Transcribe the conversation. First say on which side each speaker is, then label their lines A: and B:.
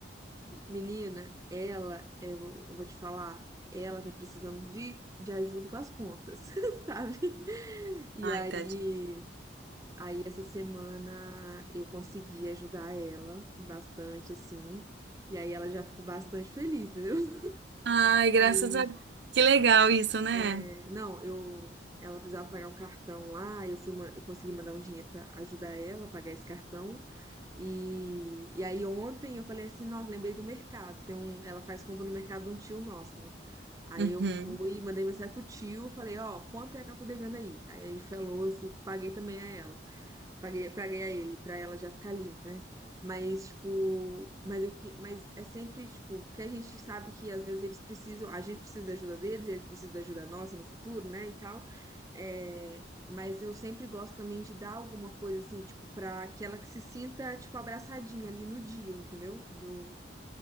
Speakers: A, on the right; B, on the right.
A: menina, ela, eu vou eu vou te falar, ela tá precisando de, de ajuda com as contas, <laughs> sabe? E
B: Ai,
A: aí,
B: tadinha.
A: aí essa semana eu consegui ajudar ela bastante, assim. E aí ela já ficou bastante feliz, entendeu? <laughs>
B: Ai, graças
A: Aí,
B: a Deus. Que legal isso, né?
A: é, não, eu, ela precisava pagar um cartão lá, eu fui, ma- eu consegui mandar um dinheiro pra ajudar ela a pagar esse cartão. E, e aí ontem eu falei assim, nossa, lembrei do mercado. Tem um, ela faz compra no mercado de um tio nosso, né? Aí
B: Uhum.
A: eu fui, mandei mensagem pro tio, falei, ó, quanto é que ela tá devendo aí? Aí ele falou, eu fui, paguei também a ela. Paguei, paguei a ele, pra ela já ficar livre, né? Mas, tipo, mas eu que, mas é sempre, tipo, porque a gente sabe que às vezes eles precisam, a gente precisa da ajuda deles, eles precisam da ajuda nossa no futuro, né, e tal. É, mas eu sempre gosto também de dar alguma coisa assim, tipo, pra que ela que se sinta, tipo, abraçadinha ali no dia, entendeu? Do...